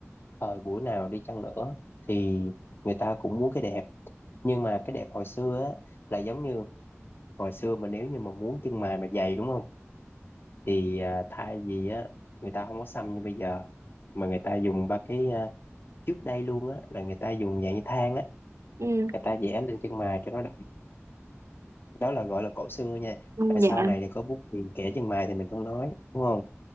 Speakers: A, on the left; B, on the right.
A: thời buổi nào đi chăng nữa thì người ta cũng muốn cái đẹp nhưng mà cái đẹp hồi xưa á là giống như hồi xưa mà nếu như mà muốn chân mày mà dày đúng không thì à, thay vì á người ta không có xăm như bây giờ mà người ta dùng ba cái à, trước đây luôn á là người ta dùng dạng như than á
B: Ừ.
A: người ta vẽ lên chân mày cho nó đó là gọi là cổ xưa nha
B: Ừ,
A: và sau
B: dạ
A: này thì có bút tiền kẻ chân mày thì mình không nói đúng không